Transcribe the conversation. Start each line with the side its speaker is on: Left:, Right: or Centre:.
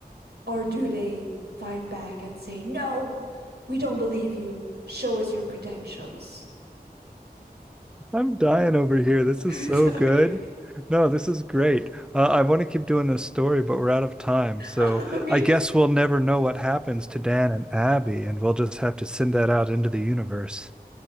Right: Or do they fight back and say, no, we don't believe you. Show us your credentials.
Centre: I'm dying over here. This
Right: <laughs>
Centre: is so
Right: Sorry.
Centre: good. No, this is great. Uh, I want to keep doing this story, but we're out of time. So
Right: <laughs> Sorry.
Centre: I guess we'll never know what happens to Dan and Abby, and we'll just have to send that out into the universe.